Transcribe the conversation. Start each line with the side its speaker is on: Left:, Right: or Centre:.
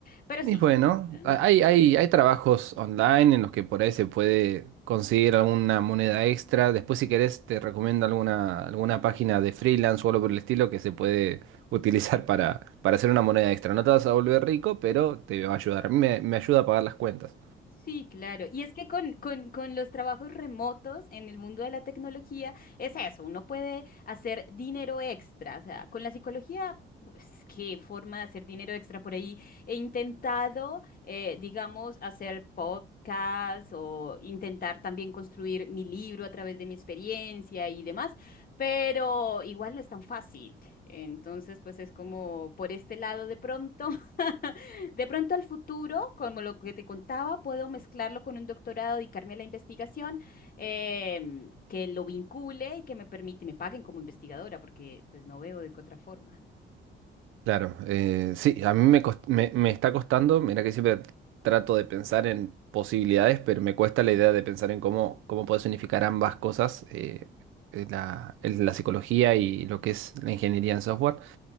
Left: Pero
Right: Y
Left: sí.
Right: bueno,
Left: em,
Right: a- hay, hay, hay trabajos online en los que por ahí se puede conseguir alguna moneda extra. Después, si querés, te recomiendo alguna, alguna página de freelance o algo por el estilo que se puede <laughs> utilizar para, para hacer una moneda extra. No te vas a volver rico, pero te va a ayudar. A mí me, me ayuda a pagar las cuentas.
Left: Sí, claro. Y es que con, con, con los trabajos remotos en el mundo de la tecnología es eso, uno puede hacer dinero extra. O sea, con la psicología, pues qué forma de hacer dinero extra por ahí. He intentado, eh, digamos, hacer podcasts o intentar también construir mi libro a través de mi experiencia y demás, pero igual no es tan fácil. Entonces, pues es como por este lado de pronto. <laughs> De pronto al futuro, como lo que te contaba, puedo mezclarlo con un doctorado, dedicarme a la investigación, em, que lo vincule y que me permite, me paguen como investigadora, porque pues no veo de qué otra forma.
Right: Claro, eh, sí, a mí me, cost- me, me está costando, mira que siempre trato de pensar en posibilidades, pero me cuesta la idea de pensar en cómo, cómo puedes unificar ambas cosas, eh, eh, la, el- la psicología y lo que es la ingeniería en software.